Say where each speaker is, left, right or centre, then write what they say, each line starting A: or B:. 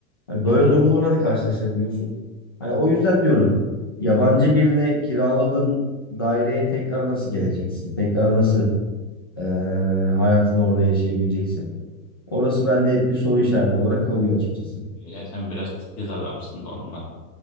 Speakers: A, on the left; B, on the left.
A: Hani böyle
B: hı hı.
A: durumlarla da karşılaşabiliyorsun. Hani o yüzden diyorum yabancı birine kiraladığın daireye tekrar nasıl geleceksin? Tekrar nasıl e, hayatını orada yaşayabileceksin? Orası bende hep bir soru işareti olarak kalıyor açıkçası.
B: Ya sen biraz titiz adamsın da ondan